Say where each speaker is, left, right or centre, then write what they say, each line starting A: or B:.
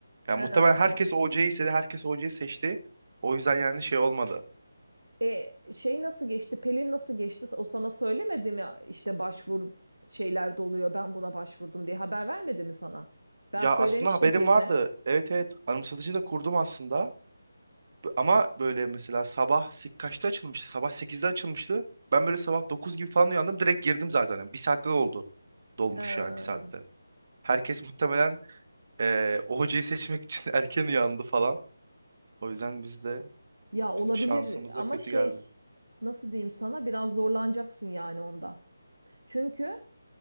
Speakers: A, on the right; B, on the right.
A: Yani
B: Ha.
A: muhtemelen herkes o hocayı istedi. Herkes o hocayı seçti. O yüzden yani şey olmadı.
B: E şey nasıl geçti? Pelin nasıl geçti? O sana söylemedi mi? İşte başvur şeyler doluyor. Ben buna başvurdum diye haber vermedi mi sana? Ben
A: Ya
B: söylemiştim
A: aslında haberim
B: Pelin'e.
A: vardı. Evet evet anımsatıcı da kurdum aslında. Ama böyle mesela sabah sek- kaçta açılmıştı? Sabah sekizde açılmıştı. Ben böyle sabah 9 gibi falan uyandım. Direkt girdim zaten. Yani bir saatte de oldu. Dolmuş
B: Ha.
A: yani bir saatte. Herkes muhtemelen eee, o hocayı seçmek için <laughs> erken uyandı falan. O yüzden biz de
B: Ya olabilir
A: bizim şansımıza
B: ama
A: kötü
B: şey
A: geldi.
B: nasıl diyeyim sana biraz zorlanacaksın yani onda. Çünkü